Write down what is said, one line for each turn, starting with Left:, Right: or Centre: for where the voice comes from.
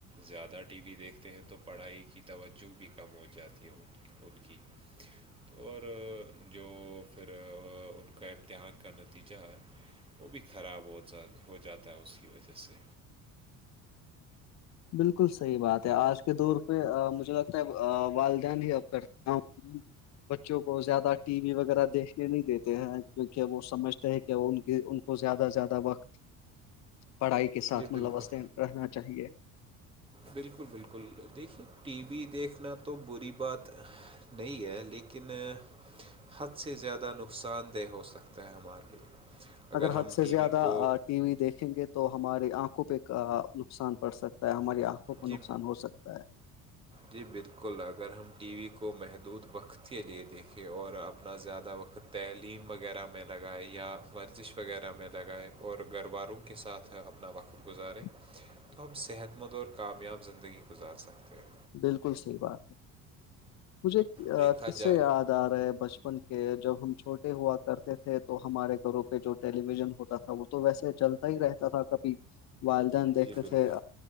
Right: زیادہ ٹی وی دیکھتے ہیں تو پڑھائی کی توجہ بھی کم ہو جاتی ہے رکی اور جو پھر ان کا امتحان کرنا تھا نتیجہ ہے وہ بھی خراب ہو ہو جاتا ہے اس کی وجہ سے
Left: بالکل صحیح بات ہے آج کے دور پہ مجھے لگتا ہے والدین ہی اب کرتے ہاں بچوں کو زیادہ ٹی وی وغیرہ دیکھنے نہیں دیتے ہیں کیونکہ وہ سمجھتے ہیں کہ وہ ان کی کو زیادہ سے زیادہ وقت پڑھائی کے ساتھ
Right: جی
Left: ملوثے
Right: بالکل
Left: رہنا چاہیے
Right: بالکل بالکل دیکھیے ٹی وی دیکھنا تو بری بات نہیں ہے لیکن حد سے زیادہ نقصان دہ ہو سکتا ہے ہمارے لیے
Left: اگر حد
Right: ہم
Left: سے
Right: ٹی
Left: زیادہ
Right: وی کو
Left: ٹی وی دیکھیں گے <unintelligible> تو ہماری آنکھوں پہ نقصان پڑ سکتا ہے ہماری آنکھوں کو
Right: جی
Left: نقصان ہو سکتا ہے <unintelligible>
Right: جی بالکل اگر ہم ٹی وی کو محدود وقت کے لیے دیکھیں اور اپنا زیادہ وقت تعلیم وغیرہ میں لگائے یا ورزش وغیرہ میں لگائے اور گھرواروں کے ساتھ اپنا وقت کر گ کوزارے
Left: <inaudible>
Right: <unintelligible> <unintelligible>
Left: <inaudible>
Right: تو ہم صحت مند اور کامیاب زندگی گزار سکتے ہیں
Left: بالکل صحیح بات ہے مجھے
Right: دیکھا
Left: ک سے
Right: جائے
Left: یاد ے بچپن کے جب ہم چھوٹے ہوا کرتے تھے تو ہمارے گھرو پہ جو ٹیلی ویژن ہوتا تھا وہ تو ویسے چلتا ہی رہتا تھا کبھی والدین دیکھتے
Right: جی بالکل
Left: تھے